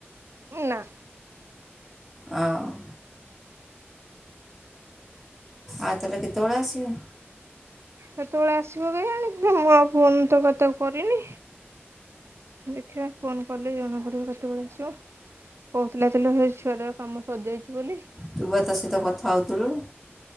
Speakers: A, on the right (about 75°); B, in the centre.
A: ନା।
B: ଆ ଉ। ଆଉ ତାଲେ କେତବେଳେ ଆସିବ?
A: କେତେବେଳେ ଆସିବ କେଇଆଣି ମୁଁ ଆଉ ଫୋନ୍ ତ ତାକୁ କରିନି। ଦେଖିବା ଫୋନ କଲେ ଜଣା ପଡିବ କେତେବେଳେ ଆସିବ। କହୁଥୁଲା ତ ହେ ଛୁଆଟାର କାମ ସଜାଇଚି ବୋଲି।
B: ତୁ ବା ତା ସହିତ କଥା ହୋଉଥୁଲୁ?